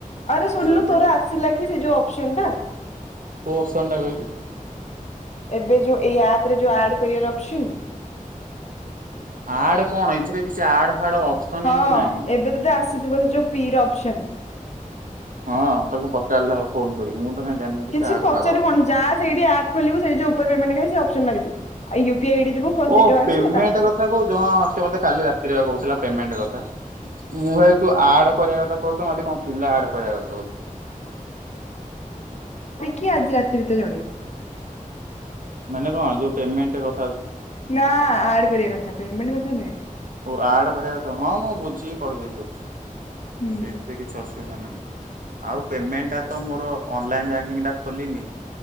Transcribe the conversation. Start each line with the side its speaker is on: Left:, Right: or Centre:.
Left: ଆରେ ଶୁଣିଲୁ
Right: ଚିଡଉଛି
Left: ତୋର
Right: ଆଉ।
Left: ଆସିଲା କି ସେ ଯୋଉ ଅପସନ୍ ଟା
Right: କୋଉ ଅପସନ ଟା କହିଲୁ?
Left: ଏବେ ଯୋଉ ଏଇ ଆପ ରେ ଯୋଉ ଆଡ଼ କରିବାର ଅପସନ୍।
Right: ଆଡ କଣ ଏଥିରେ କିଛି ଆଡ ଫାଡ ଅପସନ
Left: ହଁ
Right: ଏମିତି ନାହିଁ।
Left: ଏବେ ତତେ ଆସ ଥିବ ସେ ଯୋଉ ପି ର ଅପସନ୍।
Right: ହଁ ତାକୁ ପଚାରିଲେ ହବ ଫୋନ କରିକି ମୁଁ ତ କାଇଁ ଜାଣିନି
Left: କିଛି
Right: ଆଡ
Left: ପଚାରିବୁ
Right: ଫାଡ ଅପ
Left: କଣ ଯାହା ସେଇଠି ଆପ୍ ଖୋଲିବୁ ସେଇ ଯୋଉ ଉପରେ ପେମେଣ୍ଟ ଲେଖା ଅପସନ୍ ମାରିବୁ ଆଉ ୟୁ ପି ଆଇ ଆଇଡି ଦବୁ ଫାଷ୍ଟ
Right: ଓ
Left: ଦି ଟଙ୍କା ଆସିବ
Right: ପେମେଣ୍ଟ
Left: ତାପରେ
Right: କଥା କହୁଛୁ ହଁ ହଁ ସେ ମତେ କାଲି ରାତିରେ ପା କହୁଥିଲା ପମେଣ୍ଟ କଥା ମୁଁ ଭାବିଲି ତୁ ଆଡ କରିବା କଥା କହିଲୁ ତ ମୁଁ କହିଲି କଣ ପିଲା ଆଡ କରିବା କଥା କହୁଚୁ।
Left: କି ଆଜି ରାତି ଭିତରେ ଜଣେଇବି।
Right: ମାନେ କଣ ଯୋଉ ପେମେଣ୍ଟ କ
Left: ନା ଆଡ କରିବା କଥା ପେମେଣ୍ଟ କଥା ନୁହେଁ।
Right: ଓ ଆଡ କରିବା କଥା ହଁ ମୁଁ ବୁଝିକି କହିଦେବି ତତେ।
Left: ହୁଁ
Right: ସେଇଥିରେ କିଛି ଅସୁ ଅସୁବିଧା ନାହିଁ ଆଉ ପିମେଣ୍ଟ ଟା ତ ମୋର ଅନଲାଇନ ବ୍ୟାଙ୍କିଟା ଖୋଲିନି।